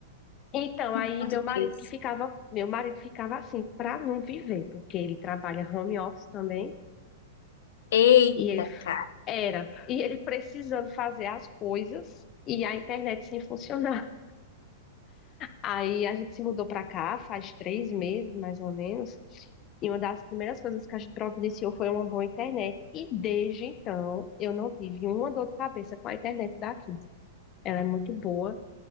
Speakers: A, on the left; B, on the left.
A: Então,
B: <laughs>
A: aí meu
B: no
A: marido
B: 3.
A: que ficava, meu marido ficava assim, para não viver, porque ele trabalha home office também,
B: Eita,
A: e ele
B: cara.
A: Era. E ele precisando fazer as coisas e a internet sem funcionar. Aí a gente se mudou para cá faz três meses, mais ou menos. E uma das primeiras coisas que a gente providenciou foi uma boa internet. E desde então, eu não tive uma dor de cabeça com a internet daqui. Ela é muito boa.